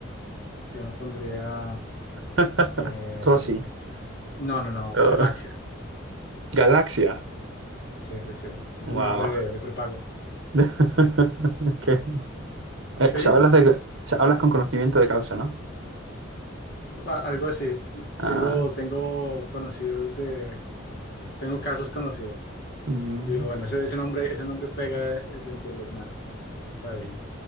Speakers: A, on the left; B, on the right.
A: Yo me pondría...
B: <laughs>
A: eh,
B: Rosy.
A: no, no, no,
B: Oh,
A: Galaxia.
B: Galaxia.
A: Sí, sí, sí. Es
B: Wow.
A: un nombre de, de prepago.
B: <laughs> Ok. Eh,
A: Sí.
B: o sea, hablas de, o sea, hablas con conocimiento de causa, ¿no?
A: A- Algo así.
B: Ah,
A: Tengo, tengo conocidos de, tengo casos conocidos.
B: mm,
A: Y Yo digo, bueno, ese, ese nombre, ese nombre pega eh, dentro de los narcos. Entonces ahí,